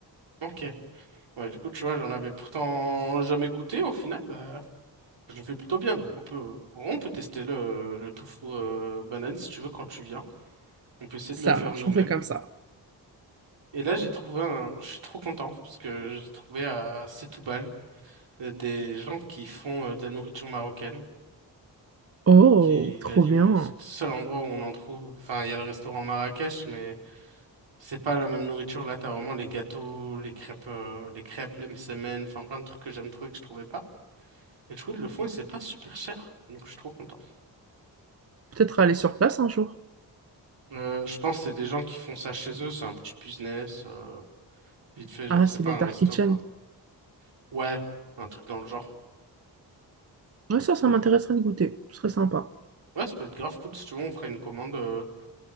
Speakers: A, on the right; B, on the right.
A: Ok. Ouais, du coup, tu vois, j'en avais pourtant jamais goûté. Au final, bah, je le fais plutôt bien. Donc, on peut, on peut tester le, le tofu euh, banane si tu veux quand tu viens. On peut essayer
B: Ça
A: de le faire
B: marche,
A: nous-mêmes.
B: on fait comme ça.
A: Et là, j'ai trouvé un... Je suis trop content parce que j'ai trouvé à Setoubal euh, des gens qui font euh, de la nourriture marocaine,
B: Oh,
A: qui
B: trop
A: la livrent.
B: bien.
A: et C'est le seul endroit où on en trouve. Enfin, il y a le restaurant Marrakech, mais c'est pas la même nourriture. Là, t'as vraiment les gâteaux, les crêpes, euh, les crêpes, les msemen, enfin plein de trucs que j'aime trop et que je trouvais pas. Et du coup, ils le font et c'est pas super cher. Donc, je suis trop content.
B: Peut-être aller sur place un jour.
A: Euh, je pense que c'est des gens qui font ça chez eux. C'est un petit business. euh, vite fait, genre,
B: Ah,
A: c'est
B: c'est
A: pas
B: les
A: un
B: Dark
A: resto,
B: Kitchen.
A: quoi. Ouais, un truc dans le genre.
B: Ouais, ça, ça m'intéresserait de goûter. Ce serait sympa.
A: Ouais, ça peut être grave cool si tu veux, on fera une commande euh,